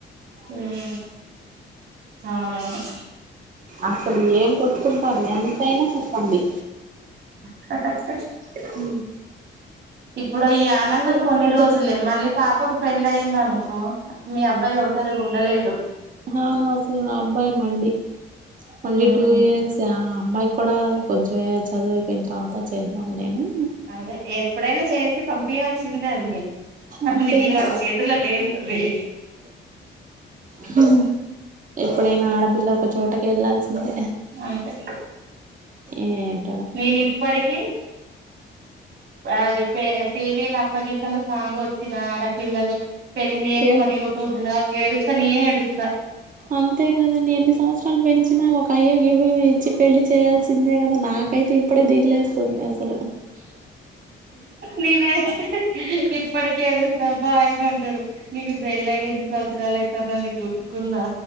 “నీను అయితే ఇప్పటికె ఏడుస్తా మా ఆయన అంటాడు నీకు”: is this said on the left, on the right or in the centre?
Right